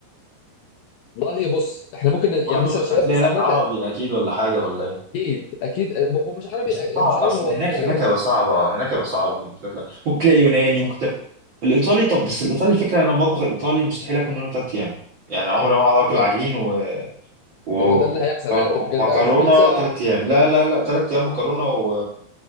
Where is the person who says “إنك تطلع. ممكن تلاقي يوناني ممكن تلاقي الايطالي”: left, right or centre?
Right